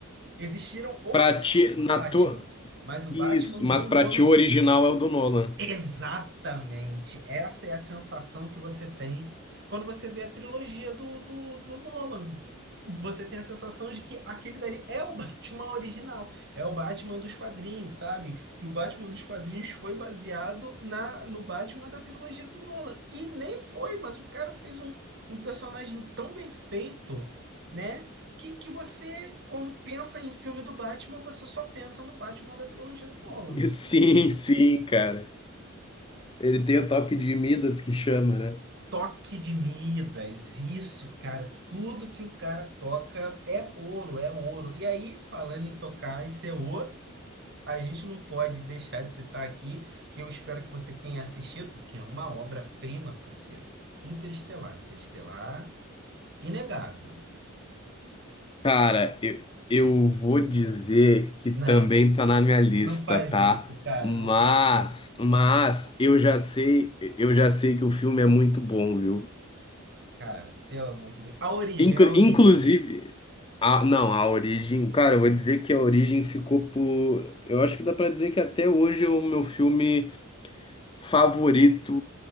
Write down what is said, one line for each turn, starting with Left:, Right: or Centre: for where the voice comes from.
Right: Existiram outros
Left: Pra ti,
Right: filmes do
Left: na
Right: Batman,
Left: tua.
Right: mas o
Left: Isso,
Right: Batman do
Left: mas
Right: Nolan
Left: pra ti o original é o do Nolan.
Right: Exatamente. Essa é a sensação que você tem quando você vê a trilogia do, do, do Nolan. Você tem a sensação de que aquele dali é o <laughs> Batman original, é o Batman dos quadrinhos, sabe? Que o Batman dos quadrinhos foi baseado na no Batman da trilogia do Nolan. E nem foi, mas o cara fez um, um personagem tão bem feito, né? Que, que você, quando pensa em filme do Batman, você só pensa no Batman da trilogia do Nolan.
Left: <laughs> Sim, sim, cara. Ele tem o toque de Midas que chama, né?
Right: Toque de Midas, isso, cara. Tudo que o cara toca é ouro, é ouro. E aí, falando em tocar e ser ouro, a gente não pode deixar de citar aqui, que eu espero que você tenha assistido, porque é uma obra-prima, parceiro. Interestelar, Interestelar, inegável.
Left: Cara, eu, eu vou dizer que também
Right: Não,
Left: tá na minha lista,
Right: não faz
Left: tá?
Right: isso, cara,
Left: Mas,
Right: não faz isso.
Left: mas eu já sei, eu já sei que o filme é muito bom, viu?
Right: Cara, pelo amor de Deus. A origem,
Left: Inclu-
Right: a origem.
Left: inclusive, a, não, a Origem, cara, eu vou dizer que a Origem ficou por, eu acho que dá pra dizer que até hoje é o meu filme favorito